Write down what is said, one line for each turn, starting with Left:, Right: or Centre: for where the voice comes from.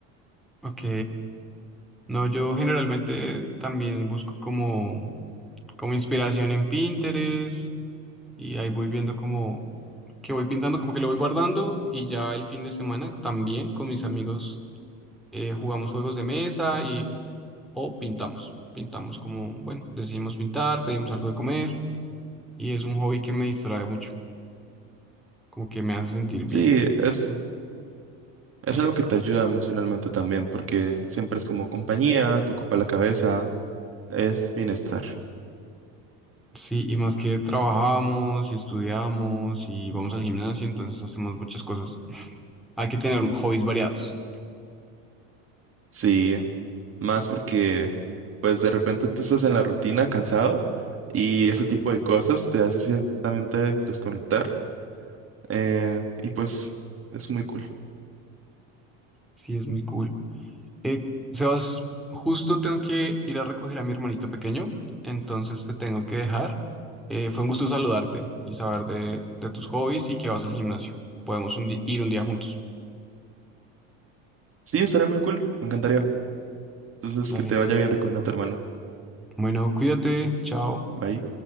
Centre: Ok. No, yo generalmente también busco como, como inspiración en Pinterest y ahí voy viendo como que voy pintando, como que lo voy guardando y ya el fin de semana también con mis amigos eh, jugamos juegos de mesa y o pintamos. Pintamos como, bueno, decidimos pintar, pedimos algo de comer y es un hobby que me distrae mucho, como que me hace sentir bien.
Right: Sí, es, es algo que te ayuda emocionalmente también, porque siempre es como compañía, te ocupa la cabeza, es bienestar.
Centre: Sí, y más que trabajamos y estudiamos y vamos al gimnasio, entonces hacemos muchas cosas. Hay que tener hobbies variados.
Right: Sí, más porque pues de repente tú estás en la rutina cansado y ese tipo de cosas te hace ciertamente desconectar Eh, y pues es muy cool.
Centre: Sí, es muy cool. Eh, Sebas, justo tengo que ir a recoger a mi hermanito pequeño, entonces te tengo que dejar. Eh, fue un gusto saludarte y saber de, de tus hobbies y que vas al gimnasio. Podemos un di- ir un día juntos.
Right: Sí, estaría muy cool, me encantaría. Entonces,
Centre: Dale.
Right: que te vaya bien recogiendo a tu hermano.
Centre: Bueno, cuídate. Chao.
Right: Bye.